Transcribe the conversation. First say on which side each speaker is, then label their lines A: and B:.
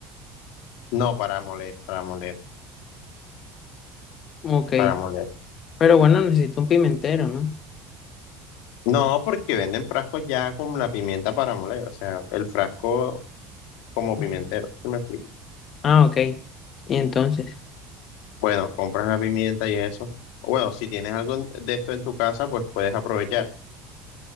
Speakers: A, on the left; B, on the left.
A: No, para moler, para moler,
B: Ok.
A: para moler.
B: Pero bueno, necesito un pimentero, ¿no?
A: No, porque venden frascos ya con la pimienta para moler, o sea, el frasco como
B: Mm.
A: pimentero, ¿sí me explico?
B: Ah, ok. Y entonces,
A: Bueno, compras la pimienta y eso. Bueno, si tienes algo en- de esto en tu casa, pues puedes aprovechar.